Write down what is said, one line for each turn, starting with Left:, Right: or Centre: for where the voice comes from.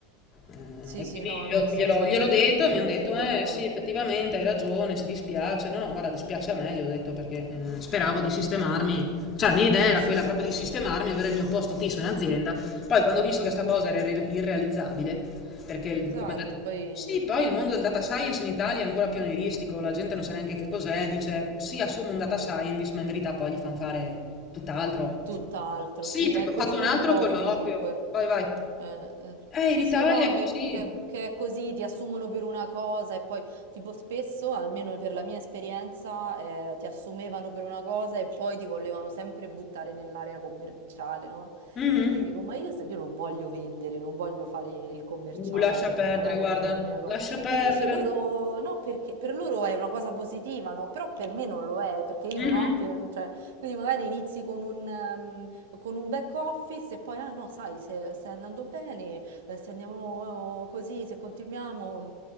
Left: eh,
Right: Sì,
Left: e
Right: sì,
Left: quindi
Right: no,
Left: glielo,
Right: no, assolutamente,
Left: glielo- gliel'ho detto
Right: mi
Left: e mi
Right: trovi
Left: hanno detto, eh
Right: d'accordo.
Left: sì, effettivamente hai ragione, ci dispiace. No, no, guarda, dispiace a me, gli ho detto, perché eh, speravo di sistemarmi. Cioè, la mia idea era
Right: Sì,
Left: quella proprio di sistemarmi, avere il mio posto fisso in azienda. Poi, quando ho visto che questa cosa era irre- irrealizzabile, perché il-
Right: esatto,
Left: come... da-
Right: poi
Left: Sì, poi il mondo del data science in Italia è ancora pionieristico, la gente non sa neanche che cos'è, dice, sì, assumo un data scientist, ma in verità poi gli fanno fare tutt'altro.
Right: Tutt'altro,
Left: Sì,
Right: sì,
Left: perché
Right: ma è
Left: ho
Right: così
Left: fatto un altro
Right: un po' ovunque.
Left: colloquio. Vai, vai.
Right: Eh, eh.
Left: Eh,
Right: Sì,
Left: in Italia
Right: sì, no,
Left: è
Right: che,
Left: così.
Right: che- che è così, ti assumono per una cosa e poi, tipo, spesso, almeno per la mia esperienza, eh, ti assumevano per una cosa e poi ti volevano sempre buttare nell'area commerciale, no?
Left: Mhm.
Right: E quindi dico, ma io, se io non voglio vendere, non voglio fare il commerciale
Left: Uh, lascia
Right: perché
Left: perdere,
Right: magari
Left: guarda,
Right: non è mia cosa.
Left: lascia
Right: E
Left: perdere.
Right: invece loro, no, perché per loro è una cosa positiva, no? Però per me non lo è perché io
Left: Mhm.
Right: non ho che, cioè, quindi magari inizi con un, ehm, con un back office e poi, ah no, sai, se stai andando bene, eh, se andiamo eh, così, se continuiamo,